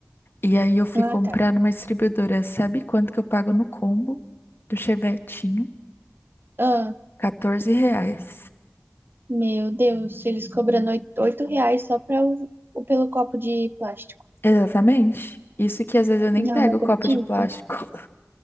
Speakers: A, on the left (about 50°); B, on the right (about 50°).
A: E aí eu fui
B: Ah,
A: comprar
B: tá.
A: numa distribuidora. Sabe quanto que eu pago no combo do chevetinho?
B: Ah,
A: 14 reais.
B: meu Deus, eles cobrando oito oito reais só pra o, o- pelo copo de plástico.
A: Exatamente. Isso que às vezes eu nem
B: Não,
A: pego
B: não acredito.
A: o copo de plástico.